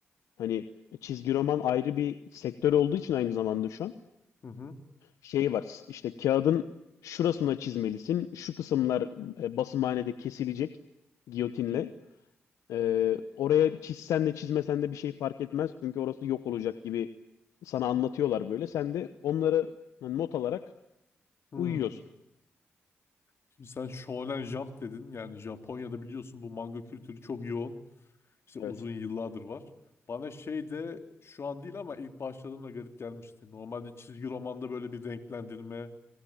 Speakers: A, on the left; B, on the left.
A: hani çizgi roman ayrı bir sektör olduğu için aynı zamanda şu an
B: Hı hı.
A: şey var. İşte kağıdın şurasına çizmelisin. Şu kısımlar e, basımhanede kesilecek giyotinle. Ee, oraya çizsen de çizmesen de bir şey fark etmez. Çünkü orası yok olacak gibi sana anlatıyorlar böyle. Sen de onları not alarak
B: Hı.
A: uyuyorsun.
B: Şimdi sen Shonen Jump dedin. Yani Japonya'da biliyorsun bu manga kültürü çok yoğun. İşte uzun
A: Evet.
B: yıllardır var. Bana şey de şu an değil ama ilk başladığımda garip gelmişti. Normalde çizgi romanda böyle bir renklendirme,